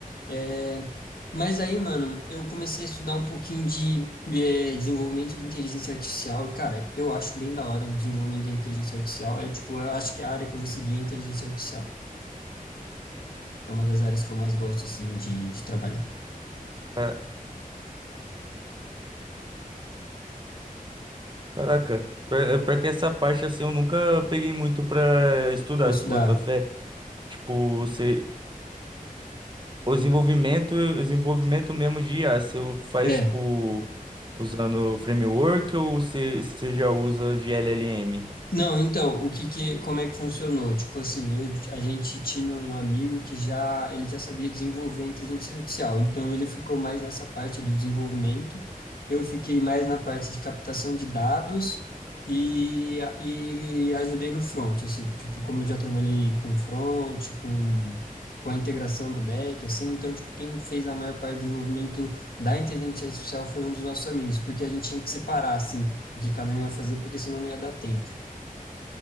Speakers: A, on the left; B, on the right.
A: é, mas aí, mano, eu comecei a estudar um pouquinho de, é, desenvolvimento de inteligência artificial e, cara, eu acho bem da hora o desenvolvimento da inteligência artificial. É tipo, eu acho que é a área que eu vou seguir é inteligência artificial. É uma das áreas que eu mais gosto, assim, de, de trabalhar.
B: Cara- Caraca, pra, pra que essa parte assim eu nunca peguei muito pra estudar,
A: Para estudar.
B: se botar fé. Tipo, você, o desenvolvimento, o desenvolvimento mesmo de IA, você faz
A: É.
B: tipo usando framework ou você, você já usa de L L M
A: Não, então, o que que, como é que funcionou? Tipo assim, eu, a gente tinha um amigo que já, ele já sabia desenvolver inteligência artificial, então ele ficou mais nessa parte do desenvolvimento, eu fiquei mais na parte de captação de dados e, e ajudei no front, assim, tipo, como eu já trabalhei com front, com, com a integração do back, assim, então, tipo, quem fez a maior parte do desenvolvimento da inteligência artificial foi um dos nossos amigos, porque a gente tinha que separar, assim, de cada um ia fazer, porque senão não ia dar tempo.